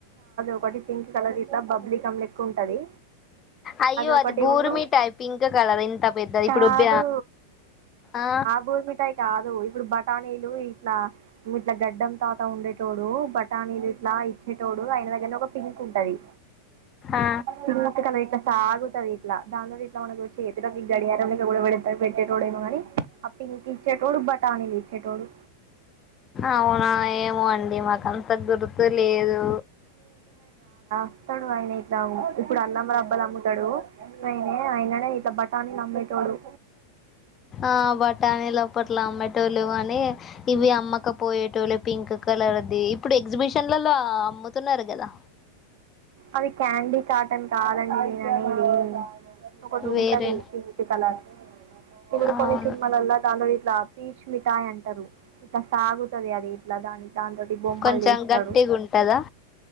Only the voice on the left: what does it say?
అయ్యో
అది బూర్మి
టై పింక్ కలర్ ఇంత పెద్దది ఇప్పుడుబ
ఆ
ఆ
అవునా ఏమో అండి అది మాకు అంత గుర్తు లేదు
ఆ బటాని ఎలా ప్పట్లా అమెటోలు అని ఇవి అమ్మక పోయేటోళ్ళ పింక్ కలర్ది ఇప్పుడు ఎగ్జిబిషన్లలో అమ్ముతున్నారు కదా
వేరే
అవును
కొంచెం
గట్టిగా ఉంటుందా